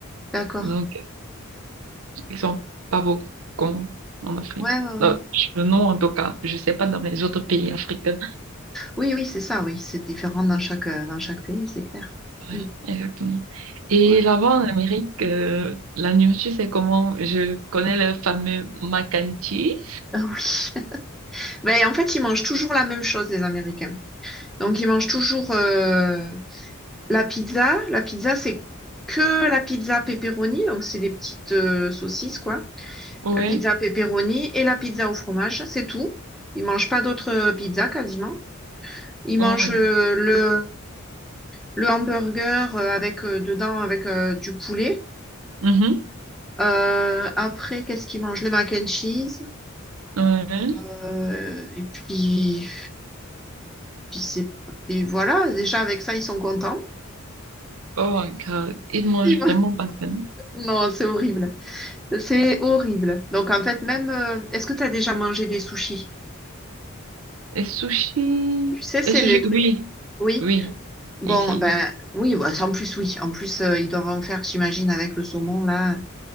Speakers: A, in the centre; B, on the right.
A: D'accord.
B: Donc, ils sont pas beaucoup en Afrique.
A: Ouais, ouais, ouais.
B: Non, je- non, en tout cas, je sais pas dans les autres pays africains.
A: Oui, oui, c'est ça, oui. C'est différent dans chaque, euh, dans chaque pays, c'est clair. Mm.
B: Oui, exactement. Et
A: Ouais, ouais.
B: là-bas
A: <laughs>
B: en Amérique, euh, la nourriture, c'est comment? Je connais le fameux mac and cheese.
A: Ah oui. Ben, en fait, ils mangent toujours la même chose, les Américains. Donc, ils mangent toujours euh, la pizza. La pizza, c'est que la pizza pepperoni. Donc, c'est des petites euh, saucisses, quoi.
B: Ouais.
A: La pizza pepperoni et la pizza au fromage, c'est tout. Ils mangent pas d'autres euh, pizzas, quasiment. Ils
B: Oh,
A: mangent
B: oui.
A: euh, le, le hamburger euh, avec euh, dedans avec euh, du poulet.
B: Mhm.
A: Euh, après, qu'est-ce qu'ils mangent? Le mac and cheese.
B: Ouais.
A: Euh, et puis, puis c'est, et voilà, déjà avec ça, ils sont contents.
B: Oh my God. Ils mangent
A: Ils vont-
B: vraiment
A: <laughs>
B: pas ça.
A: Non, c'est horrible. C'est horrible. Donc en fait, même, euh, est-ce que tu as déjà mangé des sushis?
B: Et sushi.
A: Tu sais, c'est
B: Et sushi,
A: le truc.
B: oui.
A: Oui.
B: Oui. Oui.
A: Bon,
B: Ici.
A: ben oui, bah, en plus, oui. En plus, euh, ils doivent en faire, j'imagine, avec le saumon, là,